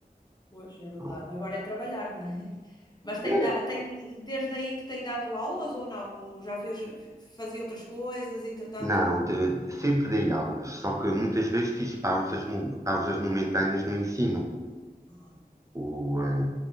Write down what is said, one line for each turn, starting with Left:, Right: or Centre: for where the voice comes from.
Left: Pois, é
Right: Pronto.
Left: verdade. Agora é trabalhar, não é? <laughs> Mas tem,
Right: É,
Left: da- tem desde aí que tem dado aulas ou não? Ou já fez, fazia outras coisas, entretanto.
Right: Não, te- sempre dei aulas, só que muitas vezes fiz pausas, mo- pausas momentâneas no ensino.
Left: Ah,
Right: O, eh,